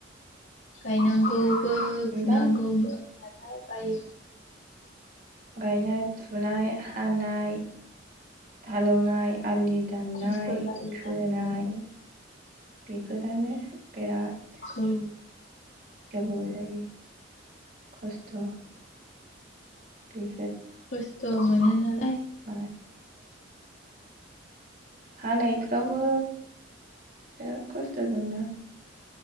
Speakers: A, on the left; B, on the right.
A: गायनांगौ। बो फुनांगौ
B: दा
A: <unintelligible> बायो
B: गायनाय फुनाय हानाय हालेवनाय। आलि दाननाय,
A: खस्थ' जायो
B: खोनाय बेफोरानो बिराद
A: औ
B: गोबावजायो खस्थ'। बे
A: खस्थ'। मोनोना
B: <unintelligible> हानायफ्रावबो बिराद खस्थ' दंना।